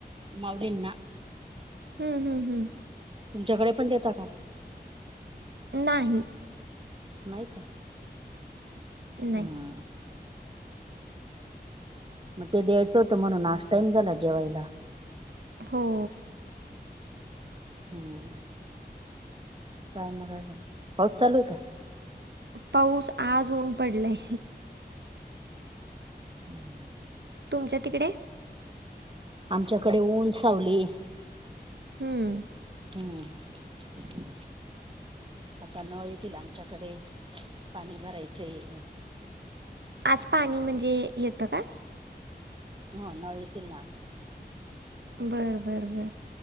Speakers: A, on the right; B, on the right.
A: मावडेल ना.
B: हम्म हम्म हम्.
A: तुमच्याकडे पण देता का?
B: नाही.
A: नाही.
B: नाही.
A: हम्म मग ते द्यायचं होत म्हणून आज टाईम झाला जेवायला.
B: हो.
A: हम्म. काय मग अजून? पाऊस चालू होता काय?
B: पाऊस. आज ऊन पडलय.
A: <inaudible>
B: तुमच्यातिकडे?
A: आमच्याकडे ऊन, सावली
B: हम्म.
A: हम्म. आता नळ येतील आमच्याकडे पाणी भरायचंय.
B: आज पाणी म्हणजे येतं का?
A: हो. नळ येतील ना आता.
B: बरं बर बर.